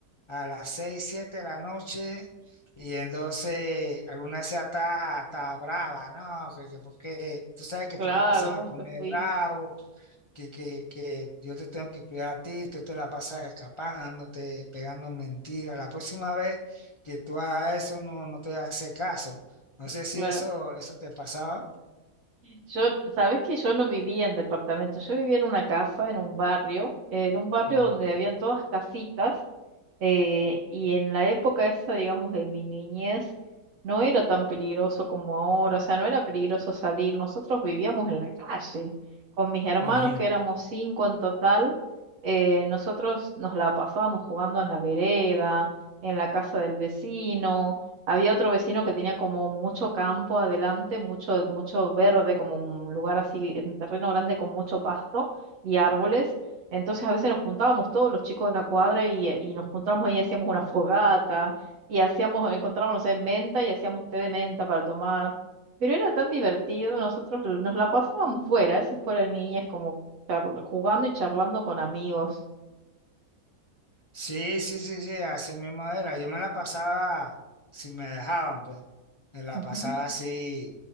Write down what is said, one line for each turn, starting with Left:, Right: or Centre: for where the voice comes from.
Left: a las 6 7 de la noche. Y entonces alguna vez está hasta brava, ¿no? Que, que porque tú sabes que
Right: Claro,
Left: tu papá se va
Right: ¿dónde
Left: a poner
Right: te fuiste?
Left: bravo que, que, que yo te tengo que cuidar a ti, tú te la pasas escapándote, pegando mentiras. La próxima vez que tú hagas eso, no, no te hace caso. No sé si
Right: Claro.
Left: eso, eso te pasaba.
Right: Yo, sabes que yo no vivía en departamento, yo vivía en una casa, en un barrio, en un barrio
Left: Ujú,
Right: donde habían todas casitas Eh, y en la época esa, digamos, de mi niñez, no era tan peligroso como ahora, o sea, no era peligroso salir. Nosotros vivíamos en la calle. Con mis hermanos,
Left: ujú.
Right: que éramos cinco en total, eh, nosotros nos la pasábamos jugando en la vereda, en la casa del vecino. Había otro vecino que tenía como mucho campo adelante, mucho, mucho verde, como un lugar así, en terreno grande con mucho pasto y árboles. Entonces a veces nos juntábamos todos los chicos de la cuadra y, eh, y nos juntábamos ahí, hacíamos una fogata y hacíamos, encontrábamos, no sé, menta y hacíamos té de menta para tomar. Pero era tan divertido, nosotros l- nos la pasábamos fuera, eso fue la niñez, como charl- jugando y charlando con amigos.
Left: Sí, sí, sí, sí, así mismo era. Yo me la pasaba, si me dejaban, pues, me la
Right: Ujú.
Left: pasaba así,